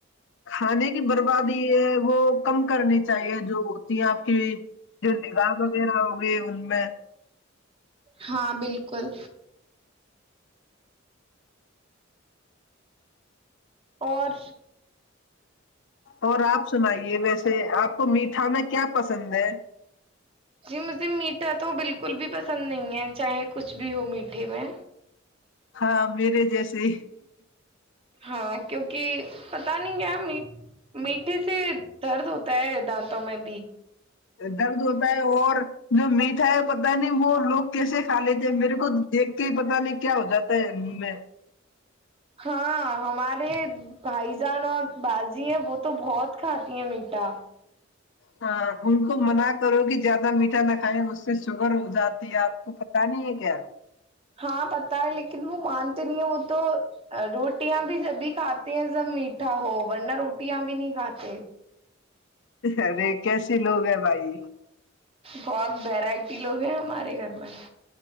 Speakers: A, on the left; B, on the right.
A: کھانے کی بربادی ہے وہ کم کرنی چاہیے جو ہوتی ہیں آپ کی جو نگار وغیرہ <inaudible>
B: ہاں بالکل اور
A: اور آپ سنائیے ویسے آپ کو میٹھا میں کیا پسند ہے؟
B: جی مجھے میٹھا تو بالکل بھی پسند نہیں ہے چاہے کچھ بھی ہو میٹھے میں
A: ہاں میرے جیسے
B: ہاں کیونکہ کہ پتا نہیں کیا امی میٹھے سے درد ہوتا ہے دانتوں میں بھی
A: درد ہوتا ہے اور جو میٹھا ہے پتا نہیں وہ لوگ کیسے کھا لیتے ہیں میرے کو دیکھ کے ہی پتا نہیں کیا ہو جاتا ہے ان میں
B: ہاں ہمارے بھائی جان اور باجی ہے وہ تو بہت کھاتی ہیں میٹھا
A: ہاں ان کو منع کرو کہ زیادہ میٹھا نہ کھائےیں اس سے شوگر ہو جاتی ہے آپ کو پت نہیں ہے کیا
B: ہاں پتا ہے لیکن وہ مانتے نہیں ہیں وہ تو روٹیاں بھی جب بھی کھاتے ہیں سب میٹھا ہو ورنہ روٹیاں بھی نہیں کھاتے
A: ارے کیسے لوگ ہیں بھائی
B: بہت ویرائٹی لوگ ہیں ہمارے گھر میں